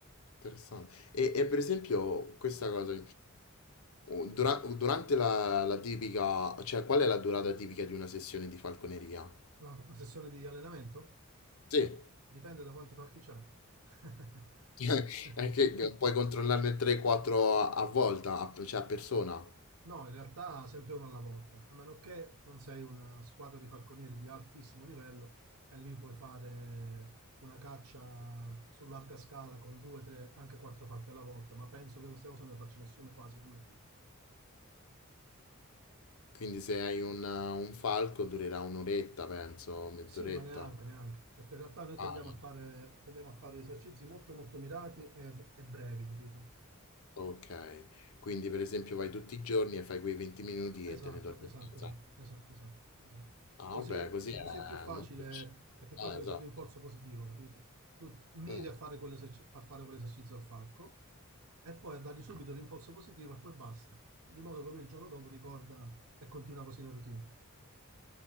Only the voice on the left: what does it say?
Interessante. E, e per esempio questa cosa, u- dura- durante la, la tipica, cioè qual è la durata tipica di una sessione di falconeria?
Sì,
<laughs> è che puoi controllarne 3-4 a, a volta, a- cioè a persona.
Quindi se hai un, un falco durerà un'oretta, penso, mezz'oretta.
Ah,
ok. Quindi per esempio vai tutti i giorni e fai quei 20 minuti
e te ne torni
a casa.
Ah,
beh, così è
molto...
Eh,
esatto.
Mm.